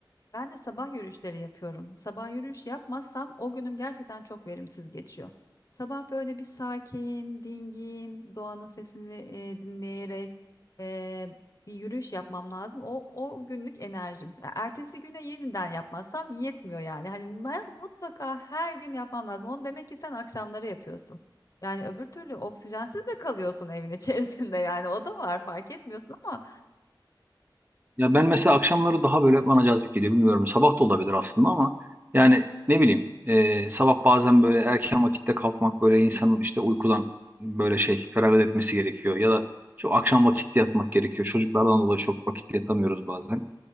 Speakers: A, on the left; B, on the right.
A: Ben de sabah yürüyüşleri yapıyorum. Sabah yürüyüş yapmazsam o günüm gerçekten çok verimsiz geçiyor. Sabah böyle bir sakin, dingin, doğanın sesini e, dinleyerek e, bir yürüyüş yapmam lazım. O o günlük enerjim. Ya ertesi güne yeniden yapmazsam yetmiyor yani. Hani ben mutlaka her gün yapmam lazım. Onu demek ki sen akşamları yapıyorsun. Yani öbür türlü oksijensiz de kalıyorsun evin <laughs> içerisinde yani. O da var fark etmiyorsun ama
B: Ya ben mesela akşamları daha böyle bana cazip geliyor bilmiyorum. Sabah da olabilir aslında ama yani ne bileyim e, sabah bazen böyle erken vakitte kalkmak böyle insanın işte uykudan böyle şey feragat etmesi gerekiyor. Ya da çok akşam vakitte yatmak gerekiyor. Çocuklardan dolayı çok vakitte yatamıyoruz bazen.